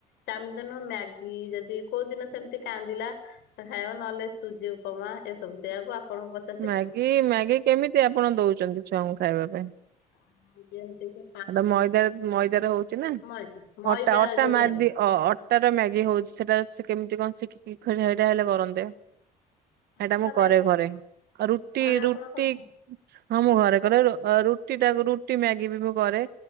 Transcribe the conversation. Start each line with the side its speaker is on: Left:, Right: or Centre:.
Left: ତାଓମିନ୍ ତ ନୁହଁ ମ୍ୟାଗି ଯଦି କୋଉ ଦିନ ସେମିତି କାନ୍ଦିଲା। ଖାଇବା ନହେଲେ ସୁଜି ଉପମା ଏସବୁ ସେଆକୁ ଆପଣଙ୍କୁ ପ
Right: ମ୍ୟାଗି ମ୍ୟାଗି କେମିତି ଆପଣ ଦୋଉଛନ୍ତି ଛୁଆଙ୍କୁ ଖାଇବା ପାଇଁ।
Left: ଆ ଯେମିତିକି
Right: ସେଟା ମଇଦା ମଇଦାରେ ହଉଛି ନା
Left: ମଇଦା ମଇଦା
Right: ଅଟା ଅଟା
Left: ଯୋଉ
Right: ମାରିଦି
Left: ମ୍ୟାଗି
Right: ଅ ଅଟାର ମ୍ୟାଗି ହଉଛି ସେଟା ସେ କେମିତି କଣ ଶଖିକି ସେଟା ଫେଣି ହେଲେ କେମିତି କରନ୍ତେ।
Left: ମସଲା
Right: ସେଇଟା ମୁଁ
Left: ମ୍ୟାଗି
Right: ଘରେ। ରୁଟି
Left: ଘରେ
Right: ରୁଟି
Left: ଆପଣ କରୁଛନ୍ତି?
Right: ହଁ ମୁଁ ଘରେ କରେ ରୁଟି ଟାକୁ ରୁଟି ମ୍ୟାଗି ବି ମୁଁ କରେ।